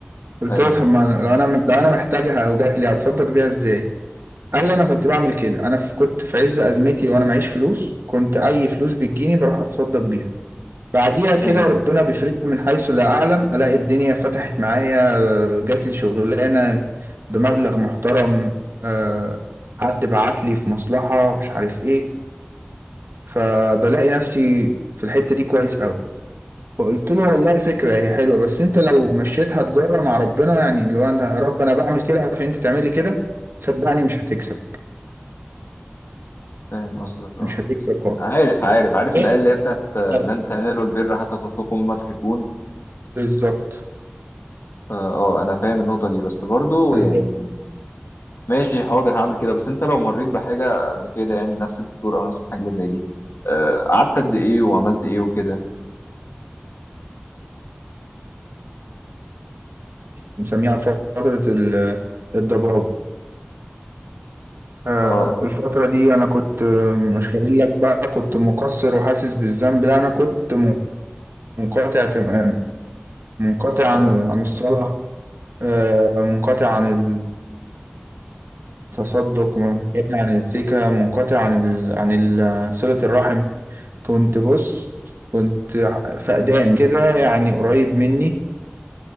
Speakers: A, on the right (about 70°); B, on the left (about 85°).
A: قلت
B: ايوه
A: له طب ما أنا- لو انا لو انا محتاجها او جات لي هتصدق بيها ازاي قال لي انا كنت بعمل كده انا في كنت في عز ازمتي وانا معيش فلوس كنت اي فلوس بتجيني بروح اتصدق بيها بعديها كده
B: ايوه
A: ربنا بيفرجني من حيث لا اعلم الاقي الدنيا فتحت معايا جات لي شغلانه بمبلغ محترم آه، حد بعت لي في مصلحه مش عارف ايه فبلاقي نفسي في الحته دي كويس قوي فقلت له والله فكرة هي حلوة بس انت لو مشيتها تجارة مع ربنا يعني اللي هو انا يا رب انا بعمل كده عشان انت تعملي كده صدقني مش هتكسب
B: فاهم قصدك اه
A: مش هتكسب خالص
B: عارف عارف عارف
A: بجد
B: الايه اللي هي بتاعت آه،
A: طب
B: لن تنالوا البر حتى تنفقوا مما تحبون
A: بالظبط
B: فا اه انا فاهم النقطه دي بس برضو
A: بالظبط
B: يعني ماشي حاضر هعمل كده بس انت لو مريت بحاجه قبل كده يعني نفس الدكتور او نفس الحاجه اللي زي دي آه، قعدت قد ايه وعملت ايه وكده
A: بنسميها فترة ال- الضباب آه،
B: اه
A: الفترة دي أنا كنت آه، مش هقول لك بقى كنت مقصر وحاسس بالذنب لا أنا كنت م- منقطع تماما منقطع
B: اه
A: عن عن الصلاة آه، منقطع عن تصدق منقطع عن السكة منقطع عن ال... عن ال... صلة الرحم كنت بص كنت ع- فقدان كده يعني قريب مني